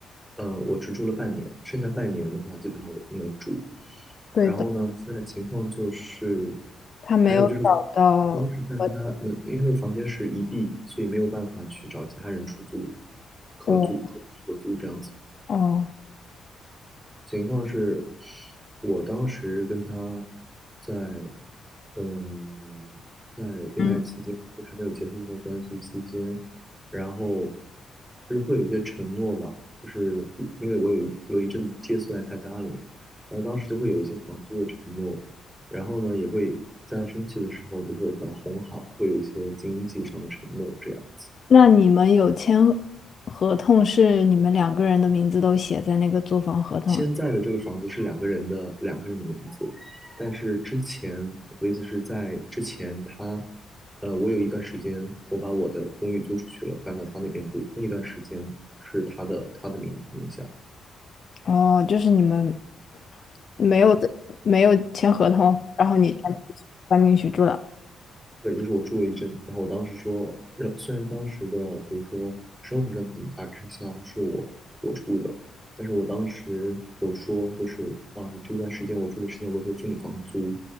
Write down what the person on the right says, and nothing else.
呃，我只住了半年，剩下半年的话，基本上我没有住。
然后呢，现在情况就是，
还有就是我我当时在跟他，没有因为那个房间是一 B，所以没有办法去找其他人出租、合租、
合合租这样子。
情况是，我当时跟他在，嗯，在恋爱期间，
就还没有结束这段关系期间，然后就是会有一些承诺吧，就是比因为我有一有一阵子借宿在他家里，然后当时就会有一些房租的承诺，然后呢，也会在他生气的时候，比如说把他哄好，会有一些经济上的承诺这样子。
现在的这个房子是两个人的两个人的名字，但是之前我的意思是在之前他，呃，我有一段时间我把我的公寓租出去了，搬到他那边住，那一段时间是他的他的名名下，
对，就是我住了一阵子，然后我当时说，让虽然当时的比如说生活上的很大开销是我我出的，但是我当时有说，就是啊，你这段时间我住的时间我也会付你房租，